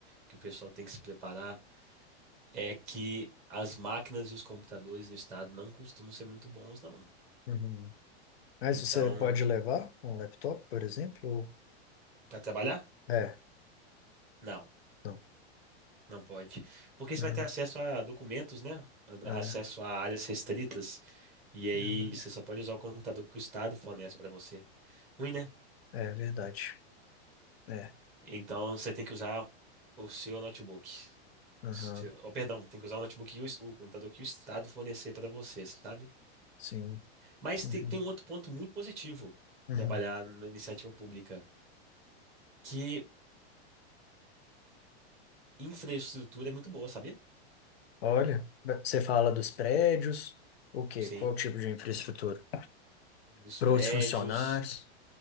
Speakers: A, in the centre; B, on the left.
A: que o pessoal tem que se preparar é que as máquinas e os computadores no estado não costumam ser muito bons, não.
B: Uhum. Mas
A: Então,
B: você pode levar um laptop, por exemplo?
A: para trabalhar?
B: É,
A: Não,
B: não.
A: não pode. Porque você
B: Uhum.
A: vai ter acesso a documentos, né? A-
B: É,
A: Acesso a áreas restritas. E
B: verdade.
A: aí você só pode usar o computador que o estado fornece para você. Ruim, né?
B: É verdade. É.
A: Então você tem que usar o seu notebook.
B: Uhum.
A: Seu- Oh, perdão, tem que usar o notebook e o, es- o computador que o estado fornecer para você, sabe?
B: Sim.
A: Mas
B: Uhum.
A: tem, tem um outro ponto muito positivo
B: Uhum.
A: trabalhar na iniciativa pública, que infraestrutura é muito boa, sabia?
B: Olha, você fala dos prédios, o quê?
A: Sim,
B: Qual tipo de infraestrutura?
A: dos
B: Para
A: prédios,
B: os funcionários?